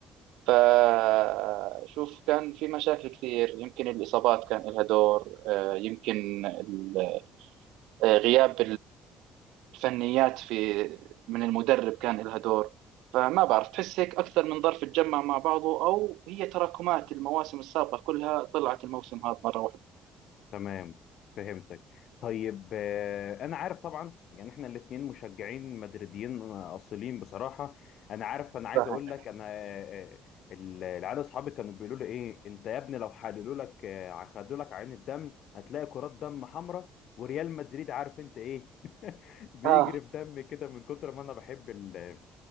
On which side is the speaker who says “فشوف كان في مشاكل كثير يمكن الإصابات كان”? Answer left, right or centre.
Right